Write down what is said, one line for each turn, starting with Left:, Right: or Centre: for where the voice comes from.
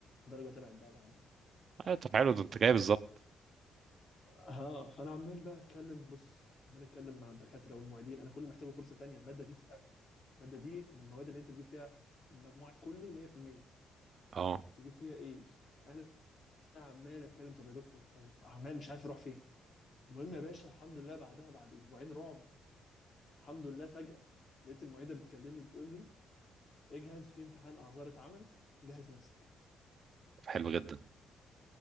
Left: درجه طلعت بقى بعدها
Right: آه، طب حلو ده انت جاي بالظبط
Left: اه فانا عمال بقى اتكلم بص عمال اتكلم مع الدكاتره والمعيدين انا كل ما محتاجه فرصه تانية الماده دي تتقفل الماده دي من المواد اللي انت تجيب فيها المجموع الكلي 100%
Right: اه
Left: تجيب فيها ايه انا عمال اتكلم طب يا دكتور طب عمال مش عارف اروح فين المهم يا باشا الحمد لله بعدها بعد اسبوعين رعب الحمد لله فجاه لقيت المعيده بتكلمني بتقول لي اجهز في امتحان اعذار اتعمل جهز نفسك
Right: طب حلو جدا